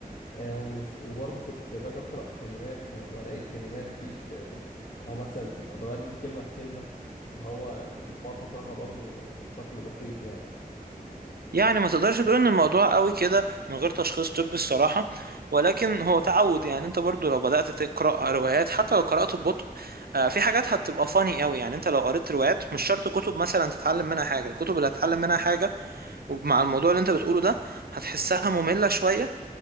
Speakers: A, on the left; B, on the right.
A: آه، وس- وبرضه كنت باجي أقرأ كلمات فبلاقي الكلمات دي ب... آه، هو مثلا بتبقى ببدل كلمة بكلمة اللي هو ما كنتش بعرف أقرأها برضه آه، بشكل دقيق يعني
B: يعني ما تقدرش تقول ان الموضوع قوي كده من غير تشخيص طبي الصراحة ولكن هو تعود يعني انت برضو لو بدأت تقرأ روايات حتى لو قرأت ببطء آه، في حاجات هتبقى فاني قوي يعني انت لو قريت روايات مش شرط كتب مثلا تتعلم منها حاجة الكتب اللي هتتعلم منها حاجة ومع الموضوع اللي انت بتقوله ده هتحسها مملة شوية